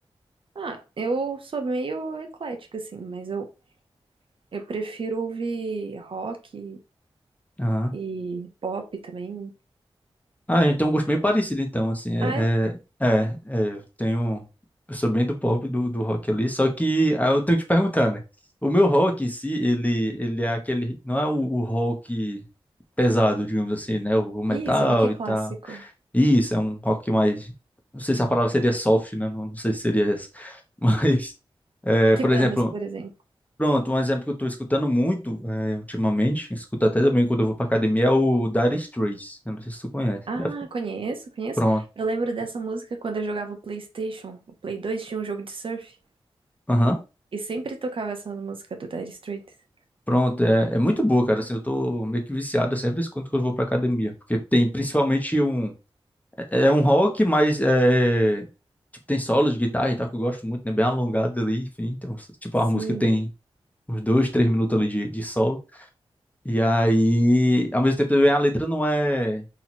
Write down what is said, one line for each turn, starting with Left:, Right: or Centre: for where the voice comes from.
Right: Ah, eu sou meio eclética, assim, mas eu, eu prefiro ouvir rock
Left: dia?
Right: e pop também.
Left: Ah, então um gosto bem parecido, então, assim, é,
Right: Ah, é?
Left: é, é, é, eu tenho, eu sou bem do pop, do, do rock ali, só que aí eu tenho que te perguntar, né, o meu rock em si, ele, ele é aquele, não é o, o rock pesado, digamos assim, né, o, o metal
Right: Isso, rock clássico.
Left: e tal, isso, é um rock mais, não sei se a palavra seria soft, né, não, não sei se seria essa, <laughs> mas, é,
Right: Que
Left: por
Right: bandas,
Left: exemplo,
Right: por exemplo?
Left: pronto, um exemplo que eu tô escutando muito, é, ultimamente, escuto até também quando eu vou pra academia, é o Dire Straits, eu não sei se tu conhece,
Right: Ah,
Left: Deve-
Right: conheço, conheço.
Left: Pronto.
Right: Eu lembro dessa música quando eu jogava o PlayStation. O Play 2 tinha um jogo de surf.
Left: Aham.
Right: E sempre tocava essa música do Dire Straits.
Left: Pronto, é, é muito boa, cara. Assim, eu tô meio que viciado, eu sempre escuto quando eu vou pra academia. Porque tem principalmente um. É é um rock, mas é. Tipo, tem solos de guitarra e tal, que eu gosto muito, né? Bem alongado ali, enfim. Então, tipo,
Right: Sim.
Left: a música tem uns dois, três minutos ali de, de solo. E aí, ao mesmo tempo, também a letra não é.